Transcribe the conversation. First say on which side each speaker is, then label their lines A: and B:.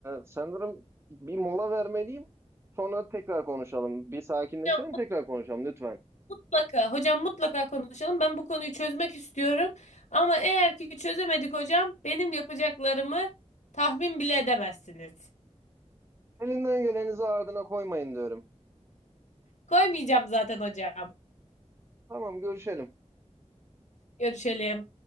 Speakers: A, on the right (about 20°); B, on the left (about 85°).
A: sanırım bir mola vermeliyim. Sonra tekrar konuşalım. Bir sakinleşelim,
B: Hocam
A: tekrar konuşalım lütfen.
B: mutlaka, hocam mutlaka konuşalım. Ben bu konuyu çözmek istiyorum. Ama eğer ki çözemedik hocam, benim yapacaklarımı tahmin bile edemezsiniz.
A: Elinden gelenizi ardına koymayın diyorum.
B: Koymayacağım zaten hocam.
A: Tamam, görüşelim.
B: Görüşelim.